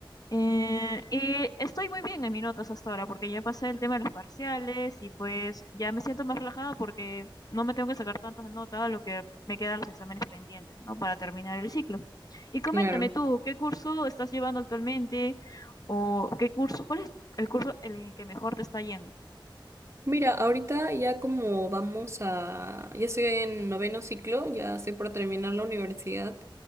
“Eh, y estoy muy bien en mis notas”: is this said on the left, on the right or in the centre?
Left